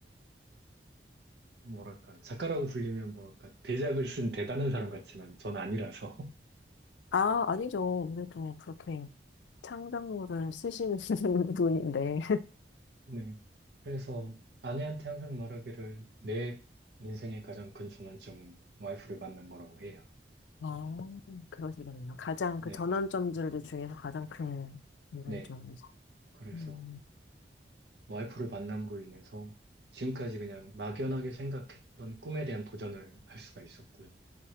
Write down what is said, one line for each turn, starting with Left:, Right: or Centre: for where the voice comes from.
Right: 뭐랄까 작가라고 불리면 뭐랄까 대작을 쓴 대단한 사람 같지만 전 아니라서
Left: 아, 아니죠. 아무래도 그렇게. 창작물을 쓰시는 <laughs> 분인데,
Right: <laughs> 네. 그래서 아내한테 항상 말하기를 내 인생의 가장 큰 전환점은 와이프를 만난 거라고 해요.
Left: 아, 그러시겠네요. 가장
Right: 네,
Left: 그 전환점들 중에서 가장 큰 전환점이죠.
Right: 네. 그래서
Left: 음,
Right: 와이프를 만남으로 인해서 지금까지 그냥 막연하게 생각했던 꿈에 대한 도전을 할 수가 있었고요.